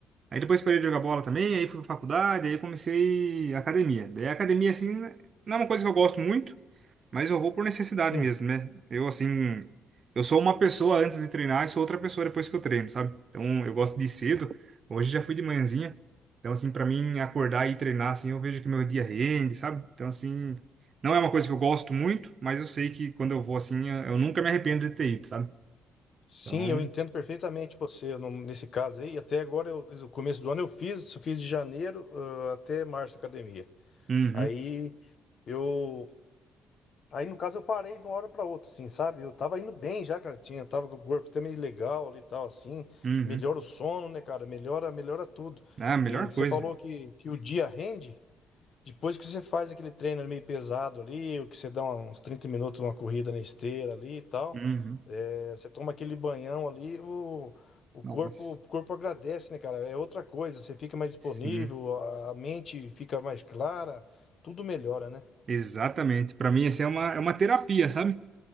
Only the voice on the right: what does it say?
Aí depois parei de jogar bola também, aí fui pra faculdade, aí comecei academia. Daí a academia, assim, não é uma coisa que eu gosto muito, mas eu vou por necessidade
mesmo, né? Eu, assim, eu sou uma pessoa antes de treinar e sou outra pessoa depois que eu treino, sabe? Então eu gosto de ir cedo, hoje já fui de manhãzinha. Então, assim, pra mim acordar e treinar, assim, eu vejo que meu dia rende, sabe? Então, assim, não é uma coisa que eu gosto muito, mas eu sei que quando eu vou assim, eu nunca me arrependo de ter ido, sabe?
Então,
uhum,
uhum.
Ah, a melhor
coisa.
Uhum.
Nossa.
Sim,
exatamente. Pra mim, essa é uma, é uma terapia, sabe?